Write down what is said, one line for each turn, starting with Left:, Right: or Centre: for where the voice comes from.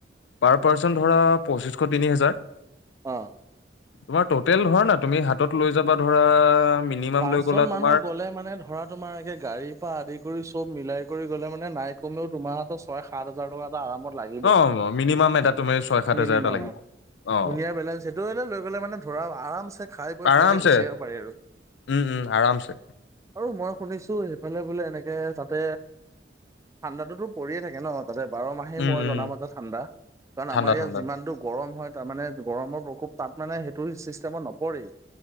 Left: পাৰ পাৰ্চন ধৰা পঁচিশশ তিনি হোজাৰ
Right: অ
Left: তোমাৰ টটেল ধৰা না তুমি হাতত লৈ যাবা ধৰা মিনিমাম
Right: পাঁচজন
Left: লৈ গ'লা
Right: মানুহ
Left: তোমাৰ
Right: গলে মানে ধৰা তোমাৰ এতিয়া গাড়ীৰ পৰা আদি কৰি চব মিলাই কৰি গ'লে মানে নাই কমেও তোমাৰ হাতত ছয় সাত হাজাৰ টকা আৰামত লাগিবই।
Left: অ মিনিমাম এটা তুমাৰ ছয় সাত
Right: মিনিমাম
Left: হাজাৰ এটা লাগিব।
Right: অ
Left: অ
Right: ধুনীয়া বেলেঞ্চ সেইটোৱে লৈ পেলাই মানে ধৰা আৰাম চে খাই বৈ
Left: আৰামছে
Right: ধুনিয়াকে গুচি আহিব পাৰি আৰু
Left: উম উম আৰামছে।
Right: আৰু মই শুনিছো সেইফালে বোলে এনেকে তাতে ঠাণ্ডাতোতো পৰিয়ে থাকে ন। তাতে বাৰ মাহেই
Left: উম
Right: মই
Left: উম
Right: জনাম এতে ঠাণ্ডা কাৰণ
Left: ঠাণ্ডা
Right: আমাৰ ইয়াত
Left: ঠাণ্ডা
Right: যিমানটো গৰম হয় তাৰ মানে গৰমৰ প্ৰকোপ তাত মানে সেইটো চিষ্টেমত নপৰেই।